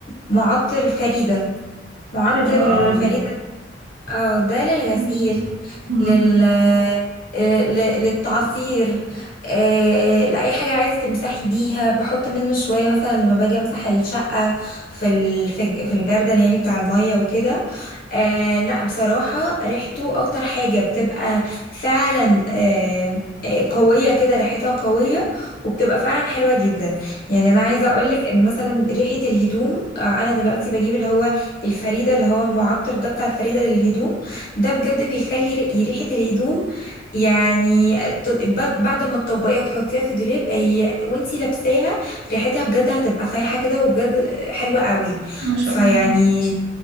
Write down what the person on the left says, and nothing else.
معطر فريده معطر
فريده اه ده للغسيل
لل آه، ل- للتعصير آه، لأي حاجة عايز تمسحي بيها بحط منه شوية مثلا لما باجي امسح الشقة في ال- في الج- في الجردل يعني بتاع المية وكده آه، لا بصراحة ريحته أكتر حاجة بتبقى فعلا آه، آه، قوية كده ريحتها قوية وبتبقى فعلا حلوة جدا يعني أنا عايزة أقولك إن مثلا ريحة الهدوم آه، أنا دلوقتي بجيب اللي هو الفريدة اللي هو المعطر ده بتاع الفريدة للهدوم ده بجد بيخلي ر- ريحة الهدوم يعني ت- بعد بعد ما تطبقيها وتحطيها في الدولاب هي وانتي لابساها ريحتها بجد هتبقى فايحة كده وبجد حلوة قوي
فيعني